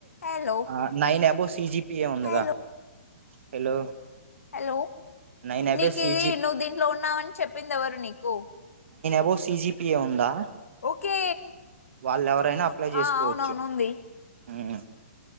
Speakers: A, on the left; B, on the right.
A: హలో
B: ఆ నైన్ అబో సిజిపిఏ ఉందిగా
A: hello
B: hello
A: hello
B: nine above
A: నికీ
B: సిజి
A: నువ్వు దీంట్లో ఉన్నావని చెప్పిందెవరు నీకు
B: బో సీజిపిఏ ఉందా
A: ఓకే
B: వాళ్ళు ఎవరైనా అప్లై చేసుకోవచ్చు
A: ఆ అవునవును ఉంది
B: మ్మ్